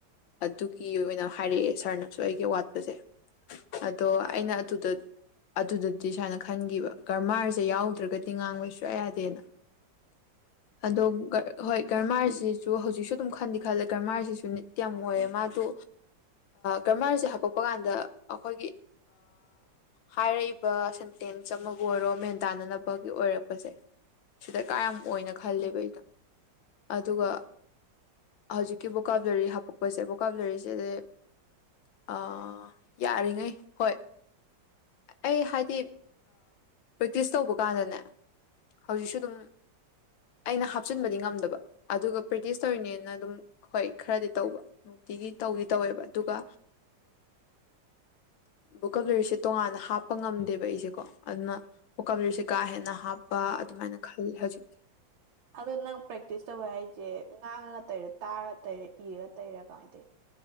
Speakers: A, on the left; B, on the right.
A: ꯑꯗꯨꯒꯤ ꯑꯣꯏꯅ ꯍꯥꯏꯔꯛꯑꯦ ꯁꯥꯔꯅꯁꯨ ꯑꯩꯒꯤ ꯋꯥꯠꯄꯁꯦ ꯑꯗꯣ ꯑꯩꯅ ꯑꯗꯨꯗ ꯑꯗꯨꯗꯗꯤ ꯁꯨꯃꯥꯏꯅ ꯈꯟꯈꯤꯕ ꯒꯔꯃꯥꯔꯁꯦ ꯌꯥꯎꯗ꯭ꯔꯒꯗꯤ ꯉꯥꯡꯕ ꯁꯨꯡꯌꯥ ꯌꯥꯗꯦꯅ ꯑꯗꯣ
B: ꯎꯝ
A: ꯍꯣꯏ ꯒꯔꯃꯥꯔꯁꯤꯁꯨ ꯍꯧꯖꯤꯛꯁꯨ ꯑꯗꯨꯝ ꯈꯟꯗꯤ ꯈꯜꯂꯦ ꯒꯔꯃꯥꯔꯁꯤꯁꯨ ꯃꯣꯏꯃ ꯇ ꯒꯔꯃꯔꯁꯦ ꯍꯥꯄꯣꯛꯄ ꯀꯥꯟꯗ ꯑꯩꯈꯣꯏꯒꯤ ꯍꯥꯏꯔꯛꯏꯕ ꯁꯦꯟꯇꯦꯟꯁ ꯑꯃꯕꯨ ꯑꯣꯏꯔꯣ ꯃꯦꯟ ꯇꯥꯅꯅꯕꯒꯤ ꯑꯣꯏꯔꯛꯄꯁꯦ ꯁꯤꯗ ꯀ ꯌꯥꯝꯅ ꯈꯜꯂꯦꯕ ꯑꯩꯗ ꯑꯗꯨꯒ
B: ꯎꯝ
A: ꯍꯧꯖꯤꯛꯀꯤ ꯕꯣꯀꯥꯕꯂꯔꯤ ꯍꯥꯞꯄꯛꯄꯁꯦ ꯕꯣꯀꯥꯞꯂꯔꯤꯁꯤꯗꯤ ꯑ ꯌꯥꯔꯤꯉꯩ ꯍꯣꯏ ꯑꯩ ꯍꯥꯏꯗꯤ ꯄ꯭ꯔꯦꯛꯇꯤꯁ ꯇꯧꯕ ꯀꯥꯟꯗꯅꯦ ꯍꯧꯖꯤꯛꯁꯨ ꯑꯗꯨꯝ ꯑꯩꯅ ꯍꯥꯞꯆꯤꯟꯕꯗꯤ ꯉꯝꯗꯕ ꯑꯗꯨꯒ ꯄ꯭ꯔꯦꯛꯇꯤꯁ ꯇꯧꯔꯤꯅꯦꯅ ꯑꯗꯨꯝ ꯍꯣꯏ ꯈꯔꯗꯤ ꯇꯧꯕ ꯅꯨꯡꯇꯤꯒꯤ ꯇꯧꯗꯤ ꯇꯧꯋꯦꯕ ꯑꯗꯨꯒ ꯕꯨ ꯀꯕ꯭ꯂꯔꯤꯁꯦ ꯇꯣꯉꯥꯟꯅ ꯍꯥꯞꯄ ꯉꯝꯗꯦꯕ ꯑꯩꯁꯦꯀꯣ ꯑꯗꯨꯅ ꯑꯣꯀꯥ ꯕꯤꯁꯦ ꯀꯥ ꯍꯦꯟꯅ ꯍꯥꯞꯄ ꯑꯗꯨꯃꯥꯏꯅ ꯈꯜꯂꯤ ꯍꯧꯖꯤꯛꯇꯤ
B: ꯑꯗꯨꯗ ꯅꯪ ꯄ꯭ꯔꯦꯛꯇꯤꯁ ꯇꯧꯕ ꯍꯥꯏꯁꯦ ꯉꯥꯡꯉꯒ ꯇꯩꯔ ꯇꯥꯔꯒ ꯇꯩꯔꯦ ꯏꯔꯒ ꯇꯩꯔꯥ ꯀꯃꯥꯏ ꯇꯧꯅꯣ